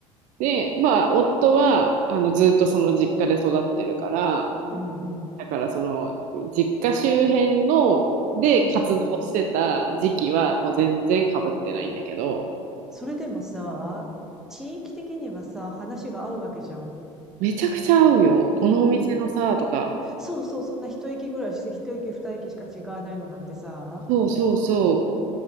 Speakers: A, on the right; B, in the centre.
A: で、まあ、夫は、あの、ずっとその実家で育ってるから、
B: うん。
A: だからその実家周辺ので活動してた時期はもう全然かぶってないんだけど、
B: うん。それでもさ、地域的にはさ、話が合うわけじゃん。
A: めちゃくちゃ合うよ。
B: うん。
A: このお店のさ、とか。
B: そうそう、そんな一駅ぐらいして、一駅二駅しか違わないのなんてさ、
A: そうそうそう。